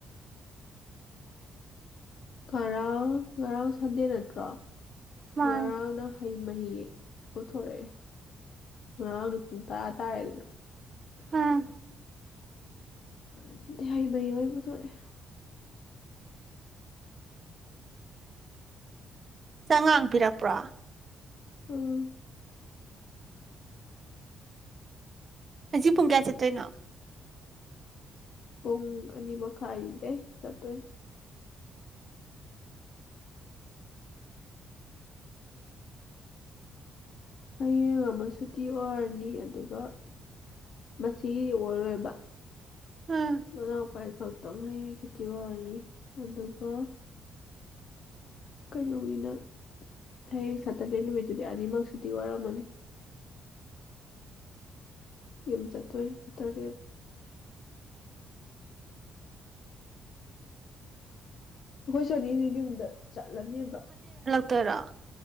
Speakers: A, on the left; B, on the right.
A: ꯉꯔꯥꯡ ꯉꯔꯥꯡ ꯁꯟꯗꯦ ꯅꯠꯇ꯭ꯔꯣ
B: ꯃꯥꯅꯤ
A: ꯉꯔꯥꯡꯅ ꯍꯩ ꯃꯍꯤ ꯄꯨꯊꯣꯔꯛꯑꯦ ꯉꯔꯥꯡꯗꯤ ꯄꯨꯡ ꯇꯔꯥ ꯇꯥꯔꯦꯗꯅ
B: ꯎꯝ
A: <unintelligible> ꯕꯨꯊꯣꯔꯦ
B: ꯆꯉꯥꯡ ꯄꯤꯔꯛꯄ꯭ꯔꯣ
A: ꯑꯥ
B: ꯉꯁꯤ ꯄꯨꯡ ꯀꯌꯥ ꯆꯠꯇꯣꯏꯅꯣ
A: ꯄꯨꯡ ꯑꯅꯤ ꯃꯈꯥꯏꯗꯩ ꯆꯠꯇꯣꯏꯅꯦ ꯍꯌꯦꯡ ꯑꯃ ꯁꯨꯇꯤ ꯑꯣꯏꯔꯅꯤ ꯑꯗꯨꯒ ꯃꯆꯤꯒꯤꯗꯤ ꯑꯣꯏꯔꯣꯏꯕ
B: ꯎꯝ
A: ꯃꯅꯥꯎꯄꯥꯏ ꯑꯩꯈꯛ ꯇꯪ ꯍꯌꯦꯡ ꯁꯨꯇꯤ ꯑꯣꯏꯔꯅꯤ ꯑꯗꯨꯒ ꯀꯩꯅꯣꯒꯤꯅ ꯍꯌꯦꯡ ꯁꯇꯔꯗꯦ ꯅꯨꯃꯤꯠꯇꯨꯗꯤ ꯑꯅꯤꯃꯛ ꯁꯨꯇꯤ ꯑꯣꯏꯔꯝꯃꯅꯤ ꯌꯨꯝ ꯆꯠꯇꯣꯏꯅꯦ ꯁꯥꯇꯔꯗꯦꯗ ꯑꯩꯈꯣꯏ ꯁꯣꯅꯤꯖꯤ ꯌꯨꯝꯗ ꯆꯠꯂꯅꯤꯕ
B: ꯇꯣꯏꯔꯣ